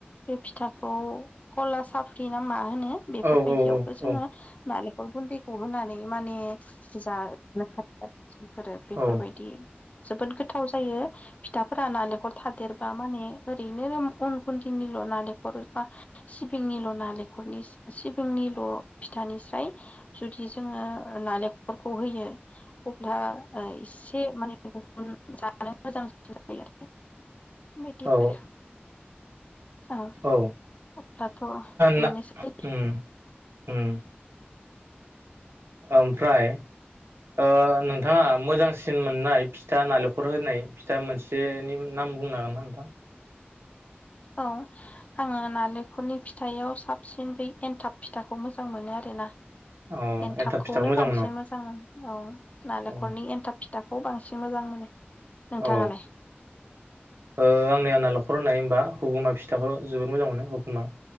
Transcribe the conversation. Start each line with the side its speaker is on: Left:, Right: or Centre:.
Left: बे फिथाखौ कला साफ्रि नामा होनो बेफोर
Right: औ
Left: बायदि
Right: औ
Left: आवबो जोङो
Right: औ
Left: नारेंखल गुन्दै खौ होनानै माने जा <unintelligible> फोरो बेफोरबायदि
Right: औ
Left: जोबोद गोथा थाव जायो फिथाफोरा नालेंखर थादेर बा माने ओरैनो अन गुन्दैनिल' नालेंखर बा सिबिंनिल' नालेंखरनि सिबिंनिल' फिथानिस्राय जुदि जोङो नालेंखलखो होयो। अब्ला ओ इसे से माने गुबुन जानो मोजांसिन जायो आरो। बेबादि
Right: औ
Left: आरो। ओ
Right: औ
Left: दाथ
Right: ना
Left: बेनोसै
Right: उम उम ओमफ्राय? ओ नोंथाङा मोजांसिन मोननाय फिथा नालेंखर होनाय फिथा मोनसेनि नाम बुंनो हागोन ना नोंथां?
Left: औ आङो नालेंखलनि फिथायाव साबसिन बै एनथाब फिथाखौ मोजां मोनो आरोना।
Right: औ
Left: एनथाबखौनो
Right: एन्थाब फिथाखौ मोजां
Left: बांसिन
Right: मोनो
Left: मोजां औ नालेखरनि
Right: औ
Left: एन्थाब फिथाब खौ बांसिन मोजां मोनो नोंथाङालाय?
Right: औ ओ आंनिआ नालेखर होननाय होनबा हुगुमा फिथाखौ जोबोद मोजां मोनो हुगुमा।